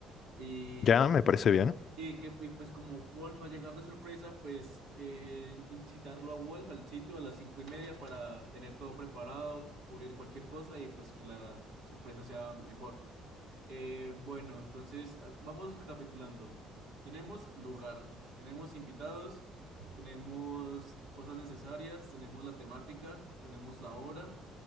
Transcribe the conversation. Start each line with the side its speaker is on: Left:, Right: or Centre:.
Right: Y
Left: Ya, me parece bien.
Right: Y que y pues como Wolf va a llegar de sorpresa, pues eh, incitarlo a Wolf al sitio a las cinco y media para tener todo preparado, pulir cualquier cosa y pues que la sorpresa sea mejor. Eh, bueno, entonces ah, vamos recapitulando. Tenemos lugar, tenemos invitados, tenemos cosas necesarias, tenemos la temática, tenemos la hora.